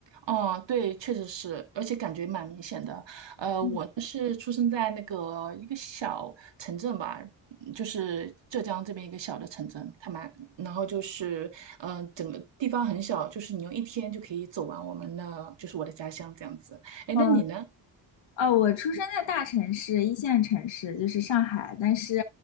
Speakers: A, on the right; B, on the left.
A: 哦，对，确实是，而且感觉蛮明显的。呃，
B: 嗯，
A: 我呢是出生在那个一个小城镇吧，嗯就是浙江这边一个小的城镇，它蛮，然后就是，嗯、呃整个地方很小，就是你用一天就可以走完我们的，就是我的家乡这样子。哎，
B: 哦
A: 那你呢？
B: 哦，我出生在大城市，一线城市，就是上海。但是，